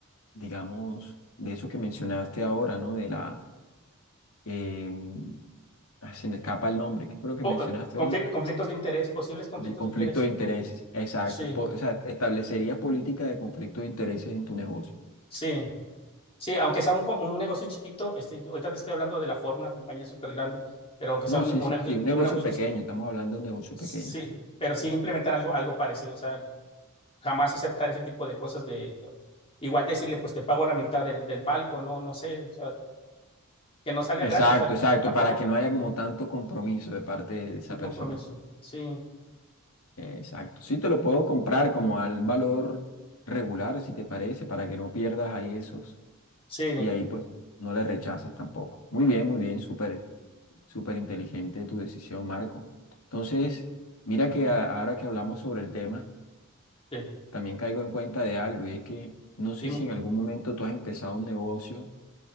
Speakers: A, on the left; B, on the left.
A: digamos, de eso que mencionaste ahora, ¿no? De la, em, ah, se me escapa el nombre, ¿qué fue lo que
B: Po-
A: mencionaste
B: eh, confli-
A: ahorita?
B: conflictos de interés, posibles conflictos
A: Del conflicto
B: de interés.
A: de intereses, exacto.
B: Sí,
A: Po- o sea, establecería política de conflicto de intereses en tu negocio.
B: sí. Sí, aunque sea un, co- un negocio chiquito, este, yo ahorita te estoy hablando de la forma, una compañía súper grande, pero aunque
A: No,
B: sea un,
A: sí,
B: un
A: sí,
B: negocio,
A: sí, un negocio
B: un negocio,
A: pequeño,
B: ch-
A: estamos hablando de un negocio
B: sí,
A: pequeño, sí.
B: pero sí implementar algo, algo parecido, o sea, jamás aceptar ese tipo de cosas de igual decirle, pues te pago la mitad del, del palco, no, no sé, o sea, que no salga gratis,
A: Exacto,
B: o sea,
A: exacto,
B: tampoco
A: para que no haya como tanto compromiso de parte de esa
B: un compromiso.
A: persona.
B: Sí,
A: Exacto. Sí, te lo puedo comprar como al valor regular, si te parece, para que no pierdas ahí esos.
B: sí,
A: Y ahí pues no le rechazas tampoco. Muy bien, muy bien, súper, súper inteligente tu decisión, Marco. Entonces, mira que a- ahora que hablamos sobre el tema.
B: sí,
A: también caigo en cuenta de algo y es que no sé
B: dime.
A: si en algún momento tú has empezado un negocio,